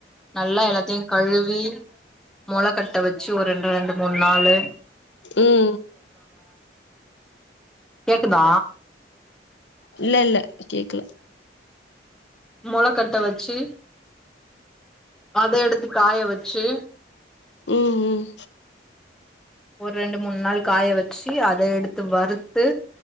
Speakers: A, in the centre; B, on the left.
A: நல்லா எல்லாத்தயுங் கழுவி மொள கட்ட வச்சு ஒரு ரெண்டு ரெண்டு மூணு நாளு
B: ம்
A: கேக்குதா
B: இல்ல இல்ல கேக்கல
A: மொள கட்ட வச்சு அத எடுத்து காய வெச்சு
B: ம் ம்
A: ஒரு ரெண்டு மூணு நாள் காய வச்சி அத எடுத்து வறுத்து